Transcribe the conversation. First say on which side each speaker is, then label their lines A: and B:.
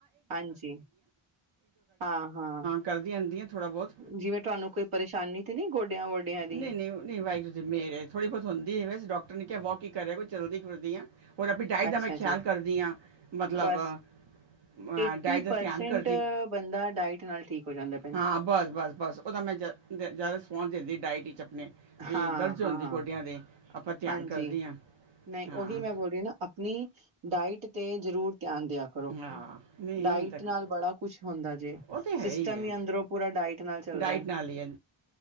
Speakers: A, on the right; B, on the right.
A: ਹਾਂਜੀ, ਹਾਂ। ਹਾਂ ਹਾਂ,
B: ਕਰਦੀ ਰਹਿੰਦੀ ਹਾਂ ਥੋੜ੍ਹਾ ਬਹੁਤ।
A: ਜਿਵੇਂ ਤੁਹਾਨੂੰ ਕੋਈ ਪਰੇਸ਼ਾਨੀ ਤੇ ਨੀ ਗੋਡਿਆਂ ਵੋਡਿਆਂ ਦੀ
B: ਨਈ- ਨਈ, ਨਈ ਵਾਹਿਗੁਰੂ ਦੀ ਮਿਹਰ ਏ, ਥੋੜੀ ਬਹੁਤ ਹੁੰਦੀ ਏ, ਵੈਸੇ ਡਾਕਟਰ ਨੇ ਕਿਹਾ, ਵਾਕਿੰਗ ਕਰਿਆ ਕਰੋ ਚਲਦੀ ਫਿਰਦੀ ਆ। ਹੋਰ ਆਪਣੀ ਡਾਇਟ
A: ਅੱਛਾ
B: ਦਾ ਮੈਂ ਖਿਆਲ
A: ਜੀ
B: ਕਰਦੀ ਹਾਂ ਮਤਲਬ
A: ਬਸ
B: ਅ
A: ਏਟੀ
B: ਡਾਇਟ ਦਾ
A: ਪਰਸੈਂਟ
B: ਧਿਆਨ ਕਰਦੀ,
A: ਬੰਦਾ ਡਾਇਟ ਨਾਲ ਠੀਕ ਹੋ ਜਾਂਦਾ ਭੈਣ
B: ਹਾਂ
A: ਜੀ।
B: ਬਸ- ਬਸ- ਬਸ ਉਹਦਾ ਮੈਂ ਜ਼ਿਆਦਾ ਸਪੋਂਸ ਦਿੰਦੀ ਡਾਇਟ ਵਿੱਚ ਅਪਣੇ ਵੀ
A: ਹਾਂ
B: ਦਰਦ
A: ਹਾਂ
B: ਹੁੰਦੀ
A: ਹਾਂ
B: ਗੋਡਿਆਂ ਦੇ ਆਪਾਂ ਧਿਆਨ
A: ਹਾਂਜੀ,
B: ਕਰਦੀ ਹਾਂ।
A: ਨਹੀਂ
B: ਹਾਂ,
A: ਉਹੀ ਮੈਂ ਬੋਲ ਰਹੀ ਨਾ ਆਪਣੀ ਡਾਇਟ ਤੇ ਜ਼ਰੂਰ ਧਿਆਨ ਦਿਆ ਕਰੋ,
B: ਹਾਂ, ਨਹੀਂ
A: ਡਾਇਟ
B: ਤੱਕ
A: ਨਾਲ ਬੜਾ ਕੁਛ ਹੁੰਦਾ ਜੇ,
B: ਉਹ ਤਾਂ
A: ਸਿਸਟਮ
B: ਹੈ ਹੈ,
A: ਹੀ ਅੰਦਰੋਂ ਪੂਰਾ ਡਾਇਟ ਨਾਲ ਚੱਲਦਾ,
B: ਡਾਇਟ ਨਾਲ ਹੀ ਹੈ।